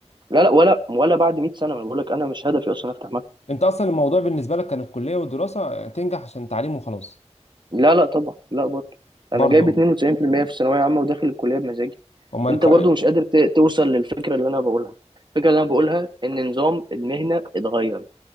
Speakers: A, on the right (about 40°); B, on the left (about 70°).
A: لا لا ولا ولا بعد 100 سنة ما بقول لك انا مش هدفي اصلا افتح مكتب
B: أنت أصلا الموضوع بالنسبة لك كان الكلية والدراسة تنجح عشان تعليم وخلاص
A: لا لا طبعا لا برضه انا
B: برضه
A: جايب 92% في المية في الثانوية عامة وداخل الكلية بمزاجي
B: أمال
A: انت
B: الك-
A: برضه مش قادر ت- توصل للفكرة اللي انا بقولها الفكرة اللي انا بقولها ان نظام المهنة اتغير